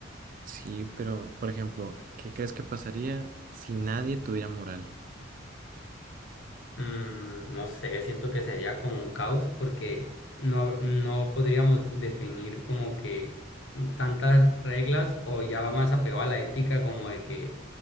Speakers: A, on the right; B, on the left.
A: Sí, pero, por ejemplo, ¿qué crees que pasaría si nadie tuviera moral?
B: Mm, no sé, siento que sería como un caos porque no, no podríamos definir como que tantas reglas o ya va más apegado a la ética como de que